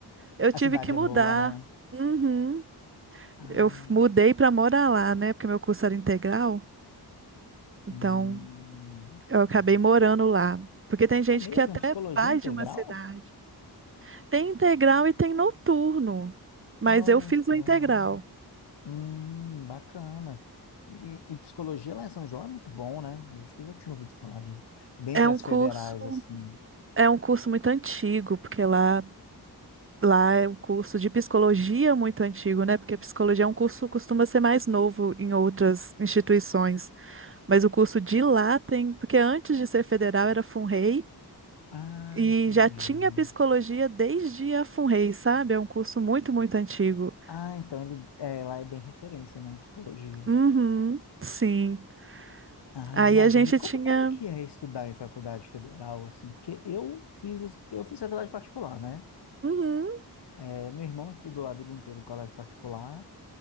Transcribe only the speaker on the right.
eu
tive
que mudar.
Uhum.
Eu f- mudei para morar lá, né? Porque meu curso era integral,
então eu
acabei morando lá. Porque tem gente
que até
vai
de uma cidade. Tem integral e tem noturno, mas
eu fiz
o integral.
É um
curso,
é um curso muito antigo, porque lá, lá é um curso de psicologia muito antigo, né? Porque psicologia é um curso que costuma ser mais novo em outras instituições, mas o curso de lá tem, porque antes de ser federal era FUNREI.
E
já tinha psicologia desde a FUNREI, sabe? É um curso muito, muito antigo.
Uhum, sim.
Aí
a gente
tinha.
Uhum,